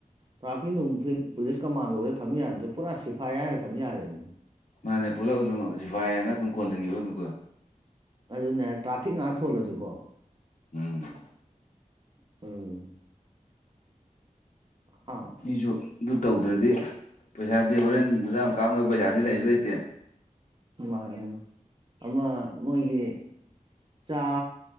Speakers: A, on the right (about 35°); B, on the left (about 60°).
A: ꯇ꯭ꯔꯥꯐꯤꯛ ꯅꯨꯡꯐꯤꯛ ꯄꯨꯂꯤꯁ ꯀꯃꯥꯟꯗꯣꯗ ꯊꯝ ꯌꯥꯗ꯭ꯔꯦ ꯄꯨꯔꯥ ꯁꯤꯐ ꯑꯥꯏ ꯑꯥꯔꯒ ꯊꯝ ꯌꯥꯔꯦꯅꯤ
B: ꯃꯥꯅꯦ ꯄꯨꯂꯞ ꯑꯗꯨꯝ ꯁꯤꯐꯥꯏꯅ ꯑꯗꯨꯝ ꯀꯣꯟꯖꯟꯈꯤꯕ ꯑꯗꯨꯕꯨꯒ
A: ꯑꯗꯨꯅꯦ ꯇ꯭ꯔꯥꯐꯤꯛ ꯉꯍꯥꯛ ꯊꯣꯜꯂꯁꯤꯀꯣ
B: ꯎꯝ
A: ꯑꯣ ꯎ
B: ꯃꯤꯁꯨ ꯑꯗꯨ ꯇꯧꯗ꯭ꯔꯗꯤ ꯄꯩꯁꯥꯗꯤ ꯍꯣꯔꯦꯟ ꯃꯆꯥ ꯑꯃ ꯀꯥꯞꯅꯕ ꯄꯩꯁꯥꯗꯤ ꯂꯩꯁꯨ ꯂꯩꯇꯦ
A: ꯃꯥ ꯑꯃ ꯃꯣꯏꯒꯤ ꯆꯥ